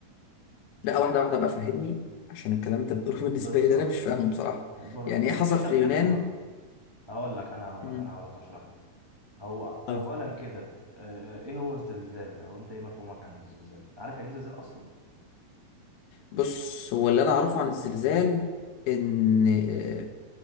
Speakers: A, on the left; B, on the right.
A: لا
B: يعني
A: واحده واحده بقى فهمني عشان الكلام اللي انت بتقوله <laughs>
B: بالظبط
A: بالنسبه لي ده انا مش فاهمه بصراحه
B: بر-
A: يعني
B: مش
A: ايه حصل
B: انت
A: في
B: بتسمع
A: اليونان
B: هقول لك انا هقول
A: مم.
B: لك انا هقول لك هشرح لك. هو
A: طيب
B: اولا كده آه، ايه هو الزلزال او انت ايه مفهومك عن الزلزال انت عارف يعني ايه زلزال اصلا
A: بص هو اللي انا اعرفه عن الزلزال ان آه،